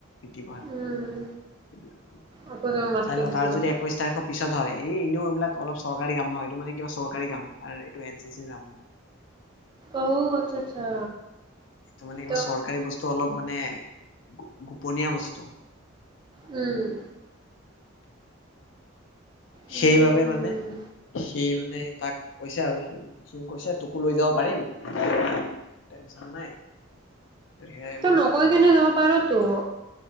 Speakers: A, on the left; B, on the right.
A: সবিলাক
B: উম।
A: <unintelligible>
B: আকৌ তোৰ মাতটো
A: চাই লওঁ
B: গুচি
A: তাৰ
B: গ'ল।
A: যদি একৈশ তাৰিখৰ পিছত হয় এই এনেও এইবিলাক অলপ চৰকাৰী কাম ন এইটো মানে কিবা চৰকাৰী কাম আৰু এইটো এন চি চিৰ কাম
B: অ আচ্ছা আচ্ছা
A: এইটো মানে কিবা
B: ত
A: চৰকাৰী বস্তু অলপ। মানে গোপনীয় বস্তু।
B: উম। উম।
A: সেইবাবে মানে সি মানে তাক কৈছে আৰু স সি কৈছে তোকো লৈ যাব পাৰিম টেনচন নাই। সেয়াই
B: তই
A: মই বোলো
B: নকৈ
A: মানে
B: কেনে যাব পাৰ তো